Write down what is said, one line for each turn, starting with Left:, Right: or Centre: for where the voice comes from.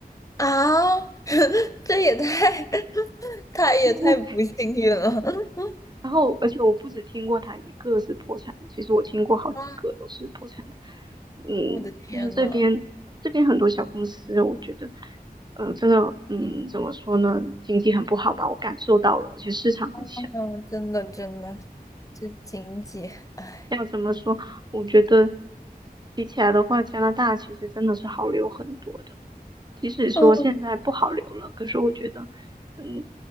Left: 啊，<laughs> 这也太 <laughs>，他也太不幸运了
Right: <laughs>
Left: <laughs>。
Right: 然后，而且我不止听过他一个是破产的，其实我听过好几个都是破产的。
Left: 啊，<laughs>
Right: 嗯，
Left: 我的天呐，
Right: 就是这边这边很多小公司，我觉得，呃，真的，嗯，怎么说呢，经济很不好吧，我感受到了，而且市场很小。
Left: 嗯，真的真的，这经济，哎，
Right: 要怎么说？我觉得比起来的话，加拿大其实真的是好留很多的。即使说现在不好留了，
Left: 哦，
Right: 可是我觉得，嗯，